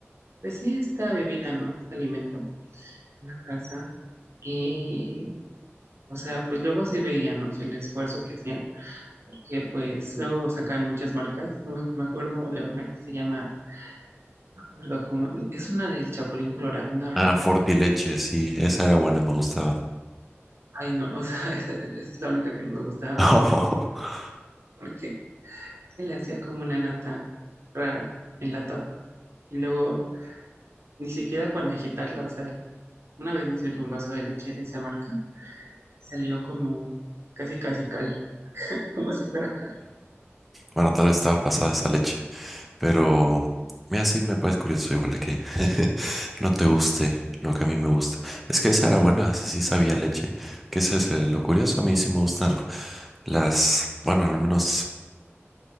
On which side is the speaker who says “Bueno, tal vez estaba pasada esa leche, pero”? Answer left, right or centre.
Centre